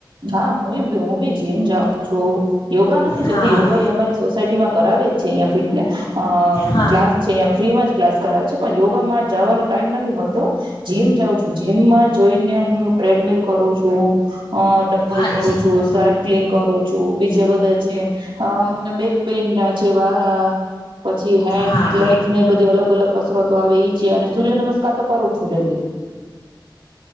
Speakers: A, on the right (about 80°); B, on the left (about 80°).
A: હા હું હું બી જીમ જાઉં યોગા નથી જતી
B: હા
A: યોગા એ અમારી સોસાયટી માં કરાવે જ છે અહં ફિટને અ
B: હા
A: ક્લાસ છે અં ફ્રી માં જ ક્લાસ કરાવે છે પણ યોગામાં જવાનો ટાઈમ નથી મળતો. જીમ જાઉં છું જીમમાં જઈને હું ટ્રેડમિલ કરું છું. <inaudible> ડમ્બલ
B: આજ
A: કરું છું સાકલિંગ કરું છું બીજા બધા છે બેક પેન ના છે વા પછી હેન્ડ
B: હા
A: લેગ્સ ને બધી અલગ અલગ કસરો તો આવે એ છે અને સૂર્ય નમસ્કાર તો કરું છું ડેલી.